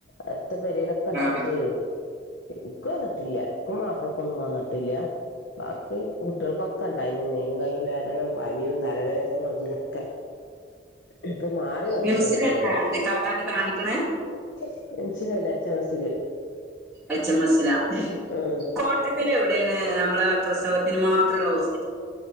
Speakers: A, on the left; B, in the centre.
A: അടുത്ത പെരയിലൊക്കെ ഉണ്ടായിട്ടേ
B: ആഹ്
A: എന്ക് വന്നിട്ടില്ല ഇൻക്കും മാപ ക്കൊന്നും വന്നിട്ടില്ല ബാക്കി കുട്ടികൾക്കൊക്കെ ഉണ്ടായി മേലും കൈയും വേദനേ പനിയും തലവേദന അതുതൊക്കെ ഇപ്പൊ മാറി വന്നിട്ടുണ്ട്
B: മിംസിലല്ല
A: ജലദോഷം
B: അന്റെ കാക്കാനെ കാണിക്കണേ
A: ഉ മിംസിലല്ല എച്ച് മെസി ല്
B: എച് എംസില
A: ഉം
B: കോട്ടക്കൽ എവിടെയാണ് നമ്മളെ പ്രസവ ഇതിന് മാത്രമുള്ള ഹോസ്